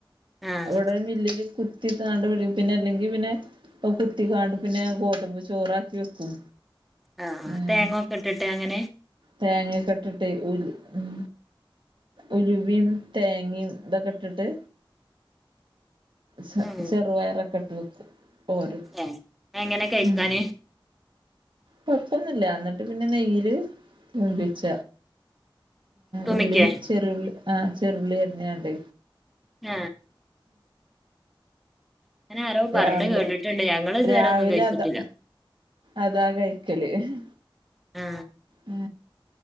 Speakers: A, in the centre; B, on the right.
A: ആഹ്
B: അവടെ മില്ലില് കു കുത്തിക്കാണ്ട് പിഴിയും പിന്നെ അല്ലെങ്കി പിന്നെ കുത്തിക്കാണ്ട് പിന്നെ ഗോതമ്പ് ചോറാക്കി വെക്കും
A: ആ ആ
B: അങ്ങനെ
A: തേങ്ങൊക്കെട്ടിട്ടങ്ങനെ
B: തേങ്ങൊക്കെ ഇട്ടിട്ട് ഉലു ഉം ഉലുവിയും തേങ്ങയും ഇതൊക്കെട്ടിട്ട് ച
A: ഉം
B: ചെറുപയറൊക്കിട്ട് വെക്കും പോരും
A: ഏ എങ്ങനെ കഴിക്കാന്
B: ഉം കൊഴപ്പൊന്നില്ലന്നിട്ട് പിന്നെ നെയ്യില് മൂപ്പിച്ച
A: തുമിക്കേ
B: ഉള്ളി ഉം ആ ചെറിയുളളിയരിഞ്ഞേണ്ട്
A: ഞ അങ്ങനെ ആരോ പറഞ്ഞ്
B: രാവിലെ
A: കേട്ടിട്ടുണ്ട് ഞങ്ങൾ ഇതുവരെ
B: രാവിലെ
A: ഒന്നും കേട്ടിട്ടില്ല
B: അതാ അതാ കഴിക്കല് ഇഹ്
A: ആ
B: ഉ